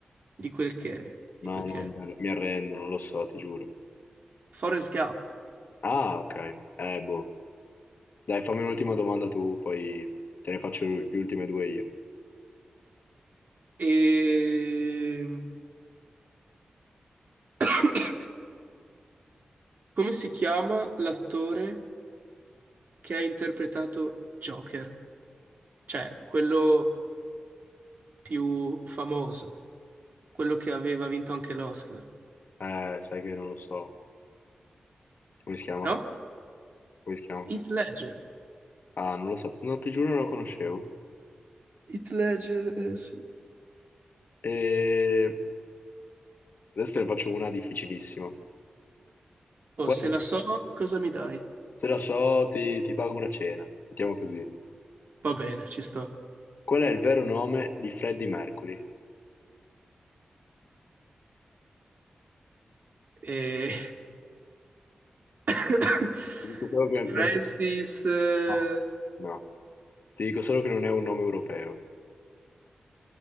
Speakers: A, on the right; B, on the left.
A: di quel che è, di
B: No,
A: quel che
B: no, mi
A: è.
B: arre- mi arrendo, non lo so, ti giuro.
A: Forrest Gump.
B: Ah, ok. Eh, boh. Dai, fammi un'ultima domanda tu, poi te ne faccio le ultime due io.
A: E... <coughs> Come si chiama l'attore che ha interpretato Joker? Cioè, quello più famoso, quello che aveva vinto anche l'Oscar.
B: Eh, sai che non lo so. Come si chiama?
A: No?
B: Come si chiama?
A: Heath Ledger.
B: Ah, non lo so. No, ti giuro non lo conoscevo.
A: Heath Ledger, eh sì.
B: E adesso te ne faccio una difficilissima.
A: Oh,
B: Qual-
A: se la so, cosa mi dai?
B: Se la so, ti, ti pago una cena. Mettiamo così.
A: Va bene, ci sto.
B: Qual è il vero nome di Freddie Mercury?
A: E... <coughs>
B: Ti dico solo che
A: Francis...
B: non è...
A: eh,
B: No, no. Ti dico solo che non è un nome europeo.